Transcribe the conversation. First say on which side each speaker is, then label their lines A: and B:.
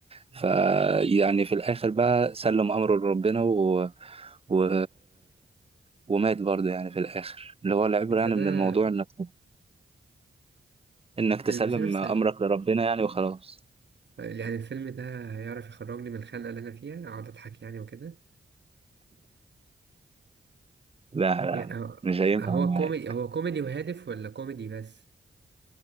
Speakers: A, on the right; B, on the right.
A: فيعني في الآخر بقى سلم أمره لربنا و... و... ومات برضه يعني في الآخر اللي هو العبرة
B: انت
A: يعني
B: ده
A: من الموضوع نفسه انك تسلم
B: المسلسل
A: امرك لربنا يعني وخلاص
B: يعني الفيلم ده هيعرف يخرجني من الخنقة اللي انا فيها اقعد اضحك يعني وكده
A: لا لا لا
B: يعني هو
A: مش هينفع
B: هو
A: معايا
B: كوميدي هو كوميدي وهادف ولا كوميدي بس